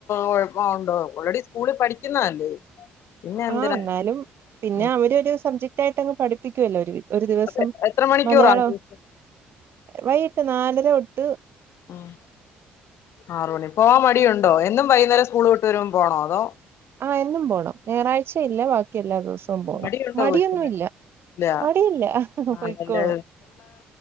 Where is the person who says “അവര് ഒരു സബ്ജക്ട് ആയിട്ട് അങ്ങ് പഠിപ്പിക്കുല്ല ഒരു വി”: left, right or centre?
Right